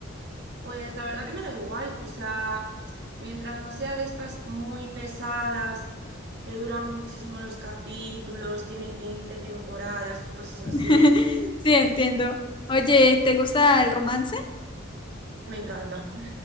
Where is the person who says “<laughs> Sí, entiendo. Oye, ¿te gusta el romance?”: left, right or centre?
Left